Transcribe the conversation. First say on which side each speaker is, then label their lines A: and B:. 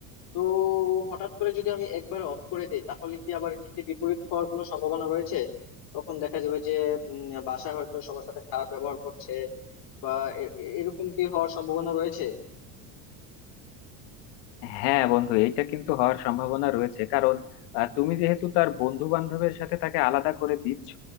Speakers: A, on the left; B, on the left.
A: তো হঠাৎ করে যদি আমি একবারে অফ করে দিই তাহলে কি আবার হিতে বিপরীত হওয়ার কোনো সম্ভাবনা রয়েছে তখন দেখা যাবে যে উম, বাসায় হয়তো সবার সাথে খারাপ ব্যবহার করছে বা এ- এ- এরকম কি হওয়ার সম্ভাবনা রয়েছে
B: হ্যাঁ বন্ধু এটা কিন্তু হওয়ার সম্ভাবনা রয়েছে কারণ আহ, তুমি যেহেতু তার বন্ধু বান্ধবের সাথে তাকে আলাদা করে দিচ্ছ